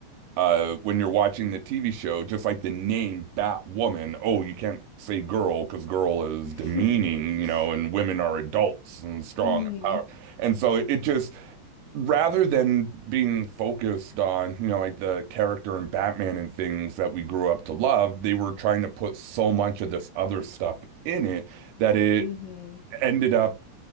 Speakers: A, on the right (about 80°); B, on the left (about 75°).
A: uh when you're watching the TV show, just like the name Batwoman, oh, you can't say girl because girl is
B: <laughs>
A: demeaning, you know, and women are adults and strong
B: Mhm.
A: and power. And so it just rather than being focused on, you know, like the character and Batman and things that we grew up to love, they were trying to put so much of this other stuff in it that it
B: Mhm.
A: ended up